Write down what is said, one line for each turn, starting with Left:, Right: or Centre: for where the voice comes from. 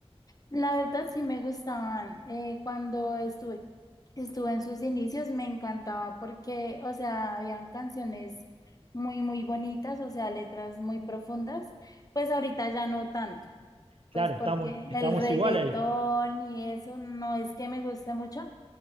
Left: La verdad sí me gustaban. eh, cuando estuve, estuve en sus inicios me encantaba porque, o sea, habían canciones muy, muy bonitas, o sea, letras muy profundas. Pues ahorita ya no tanto,
Right: Claro,
Left: pues porque
Right: estamos, estamos
Left: el reggaetón
Right: igual ahí.
Left: y eso no es que me guste mucho,